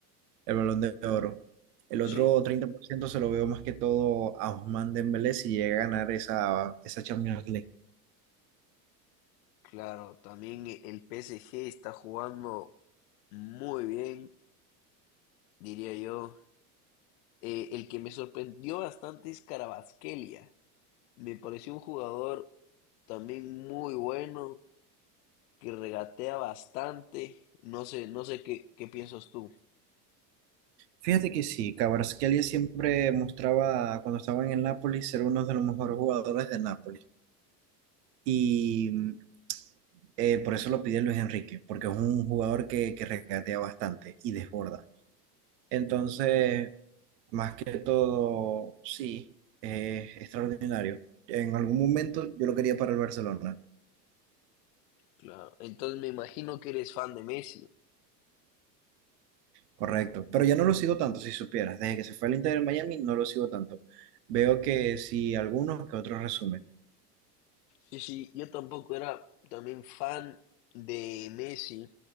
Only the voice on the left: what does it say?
Sí,
claro, también e- el PSG está jugando muy bien, diría yo. Eh, el que me sorprendió bastante es Carabasquelia. Me pareció un jugador también muy bueno, que regatea bastante. No sé, no sé qué, qué piensas tú.
Claro. Entonces me imagino que eres fan de Messi.
Sí, sí, yo tampoco era también fan de Messi,